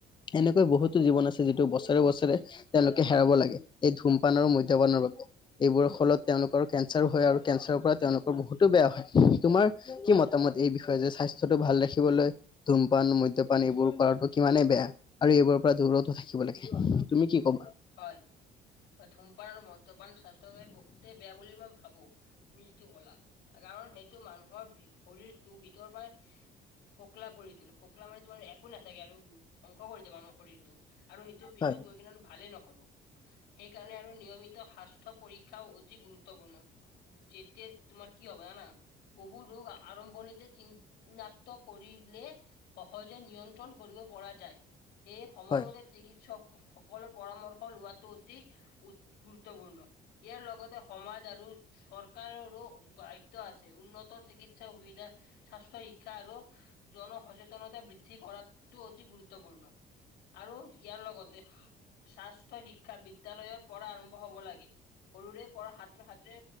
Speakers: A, on the left; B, on the left.
A: এনেকৈ বহুতো জীৱন আছে যিটো বছৰে বছৰে তেওঁলোকে হেৰাব লাগে এই ধূমপান আৰু মধ্যপানৰ বাবে। এইবোৰৰ ফলত তেওঁলোকৰো কেঞ্চাৰো হয় আৰু কেঞ্চাৰৰ পৰা তেওঁলোকৰ বহুতো বেয়া হয়। তোমাৰ কি মতামত এই বিষয়ে, যে স্বাস্থ্যটো ভাল ৰাখিবলৈ ধূমপান মদ্যপান এইবোৰ কৰাটো কিমানে বেয়া আৰু এইবোৰৰ পৰা দূৰত থাকিব লাগে তুমি কিবা?
B: হয় ধূমপান আৰু মদ্যপান স্বাস্থ্যৰ বাবে বহুতে বেয়া বুলি মই ভাবো তুমি যিটো কলা কাৰণ সেইটো মানুহৰ বি শৰীৰটো ভিতৰৰ পৰাই খোকলা কৰি তুলে খোকলা মানে তোমাৰ একো নাথাকে আৰু ধ্বংস কৰি দিয়ে মানুহৰ শৰীৰটো আৰু সেইটো পিছত
A: হয়
B: গৈ কিনে ভালেই নহব সেইকাৰণে আৰু নিয়মিত সাস্থ পৰীক্ষাও অতি গুৰুত্বপূৰ্ণ যেতিয়া তোমাৰ কি হ'ব জানা বহু ৰোগ আ আৰম্ভণিতে চিন নাক্ত কৰিলে সহজে নিয়ন্ত্ৰণ কৰিব পৰা যায় সেই সময়মতে
A: হয়
B: চিকিৎসক সকলৰ পৰামৰ্শ লোৱাটো অতি উ গুৰুত্বপূৰ্ণ ইয়াৰ লগতে সমাজ আৰু চৰকাৰৰো গায়িত্ব আছে, উন্নত চিকিৎসা সুবিধা স্বাস্থ্য শিক্ষা আৰু জনসচেতনতা বৃদ্ধি কৰাটো অতি গুৰুত্বপূৰ্ণ। আৰু ইয়াৰ লগতে স্বাস্থ শিক্ষা বিদ্যয়ালয়ৰ পৰা আৰম্ভ হব লাগে। সৰুৰে পৰা সাত্ৰ সাত্ৰে